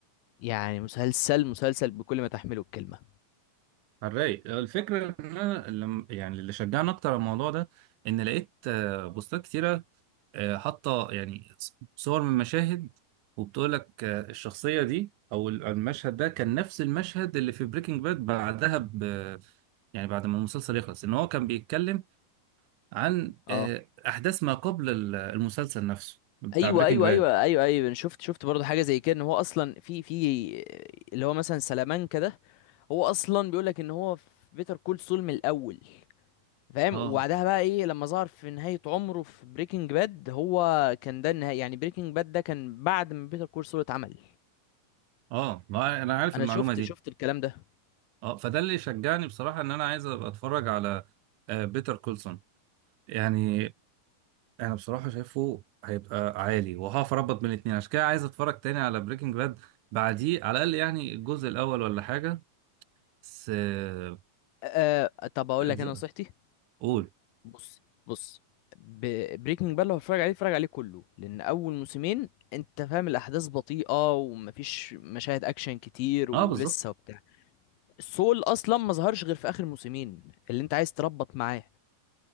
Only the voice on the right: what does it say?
على الرايق الفكرة إن أنا لم يعني اللي شجعني أكتر على الموضوع ده إن لقيت آه، بوستات كتيرة آه، حاطة يعني ص- صور من مشاهد وبتقول لك آه، الشخصية دي أو ال- المشهد ده كان نفس المشهد اللي في بريكنج باد بعدها ب يعني بعد ما المسلسل يخلص إن هو كان بيتكلم عن
آه، أحداث ما قبل ال- المسلسل نفسه بتاع
بريكنج
باد
اه
اه ما أنا عارف
المعلومة
دي
اه فده اللي شجعني بصراحة إن أنا عايز أبقى أتفرج على بيتر كولسون يعني انا بصراحه شايفه هيبقى عالي وهقف اربط بين الاتنين عشان كده عايز اتفرج تاني على بريكنج باد بعديه على الاقل يعني الجزء الاول ولا حاجه بس آه،
اجزاء
قول
اه بالظبط